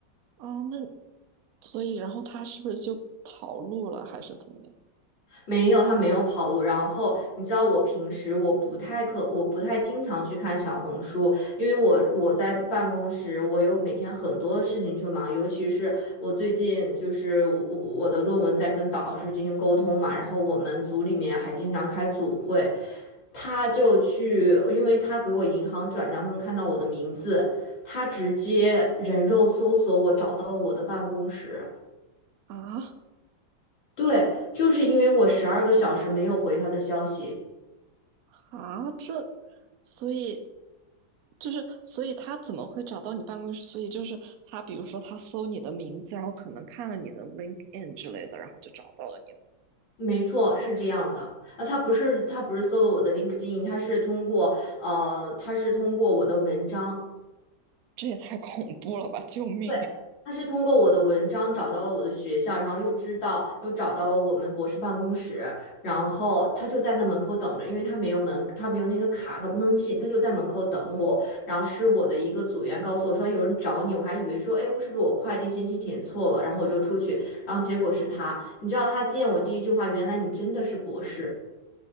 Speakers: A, on the right; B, on the left.
A: 哦，那所以然后他是不是就跑路了，还是怎么样？
B: 没有，他没有跑路。然后你知道，我平时我不太可，我不太经常去看小红书，因为我我在办公室，我有每天很多的事情去忙，尤其是我最近就是我我我的论文在跟导师进行沟通嘛，然后我们组里面还经常开组会，他就去，因为他给我银行转账，他能看到我的名字，他直接人肉搜索我，找到了我的办公室。
A: 啊
B: 对，就是因为我十二个小时没有回他的消息。
A: 啊，这，所以就是所以他怎么会找到你办公室？所以就是他，比如说他搜你的名字，然后可能看了你的 LinkedIn 之类的，然后就找到了你吗？
B: 没错，是这样的啊，他不是他不是搜了我的 LinkedIn，他是通过呃，他是通过我的文章，
A: 这也太恐怖了吧！救命！
B: 对，他是通过我的文章找到了我的学校，然后又知道又找到了我们博士办公室，然后他就在那门口等着，因为他没有门，他没有那个卡，他不能进，他就在门口等我。然后是我的一个组员告诉我说哎有人找你，我还以为说哎是不是我快递信息填错了，然后我就出去，然后结果是他，你知道他见我第一句话，原来你真的是博士。